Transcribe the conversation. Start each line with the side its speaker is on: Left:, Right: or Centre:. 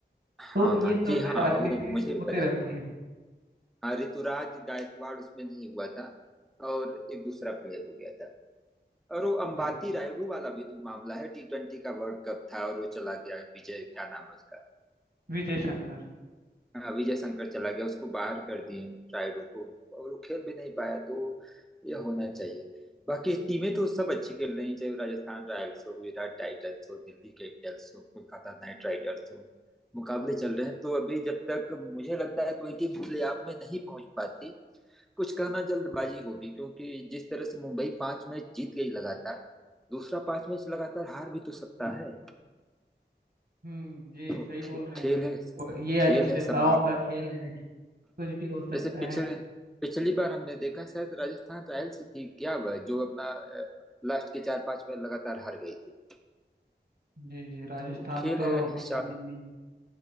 Centre: हाँ
Right: तो ये
Centre: हाँ
Right: सब
Centre: जी हाँ
Right: में राजनीति
Centre: वो मुझे भी
Right: होते
Centre: पता
Right: रहती
Centre: है
Right: है
Centre: हाँ ऋतुराज गायकवाड़ उसमें नहीं हुआ था और एक दूसरा प्लेयर हो गया था और वो अंबाती
Right: जी
Centre: रायडू वाला भी तो मामला है टी ट्वेंटी का वर्ल्ड कप था और वो चला गया विजय क्या नाम है उसका
Right: विजय शंकर
Centre: हाँ, विजय शंकर चला गया उसको बाहर कर दिए रायडू को और वो खेल भी नहीं पाया तो ये होना चाहिए बाकी टीमें तो सब अच्छी खेल रही हैं चाहे वो राजस्थान रॉयल्स हो गुजरात टाइटंस हो दिल्ली कैपिटल्स हो कोलकाता नाइट राइडर्स हो मुकाबले चल रहे हैं तो अभी जब तक मुझे लगता है कोई टीम प्ले ऑफ में नहीं पहुंच पाती कुछ कहना जल्दबाजी होगी क्योंकि जिस तरह से मुंबई पांच मैच जीत गई लगातार दूसरा पांच मैच लगातार हार भी तो सकता है
Right: हम्म जी
Centre: तो
Right: सही बोल
Centre: खे-
Right: रहे
Centre: खेल
Right: हैं
Centre: है
Right: हम और ये
Centre: खेल
Right: अनिश्चितताओं
Centre: है संभावना
Right: का खेल है कुछ भी हो सकता
Centre: जैसे पिछले
Right: है
Centre: पिछली बार हमने देखा शायद राजस्थान रॉयल्स ही थी क्या वह जो अपना लास्ट के चार पांच मैच लगातार हार गई थी
Right: जी जी राजस्थान
Centre: तो खेल
Right: तो
Centre: है अनिश्चित
Right: अभी हाल ही में